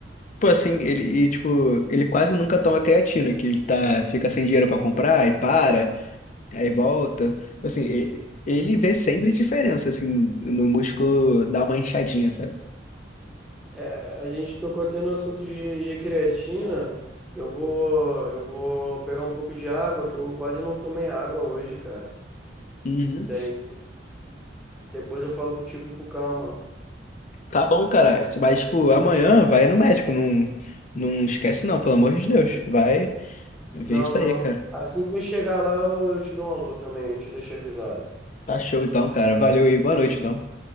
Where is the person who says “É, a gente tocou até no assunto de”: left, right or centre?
Centre